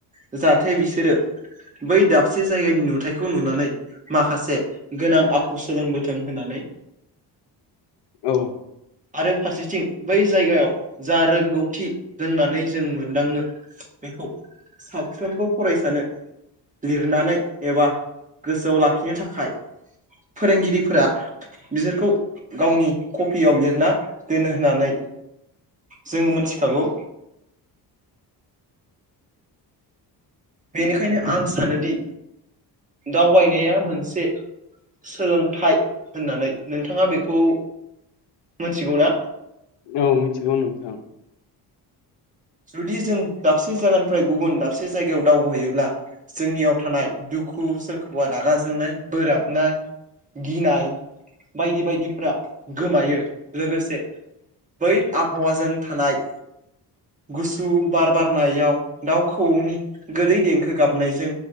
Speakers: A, on the right (about 20°); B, on the left (about 85°).
A: जाहाथे बिसोरो बै दाबसे जायगानि नुथायाइखौ नुनानै माखासे गोनां आ खु सोलोंबोथों होननानै।
B: औ।
A: आरो फारसेथिं बै जायगायाव जा रोंगौथि रोंनानै जों मोनदाङो बेखौ साफ्रोमबो फरायसानो लिरनानै एबा गोसोआव लाखिनो थाखाय फोरोंगिरिफोरा बिसोरखौ गावनि कफियाव लिरना दोनो होननानै। जोंङो मोनथिखागौ। बेनिखायनो आं सानोदि दावबायनाया मोनसे सोलोंथाइ होननानै। नोंथाङा बेखौ मोनथिगौ ना?
B: औ मिथिगौ नोंथां।
A: जुदि जों दाबसे जायगानिफ्राय गुबुन दाबसे जायगायाव दावबायहैयोब्ला जोंनियाव थानाय दुखु, सोरखौबा रागा जोंनाय, बोराबनाय गिनाय बायदि बायदिफ्रा गोमायो। लोगोसे बै आबहावाजों थानाय गुसु बार बारनायाव दाउ खौऔनि गोदै देंखो गाबनायजों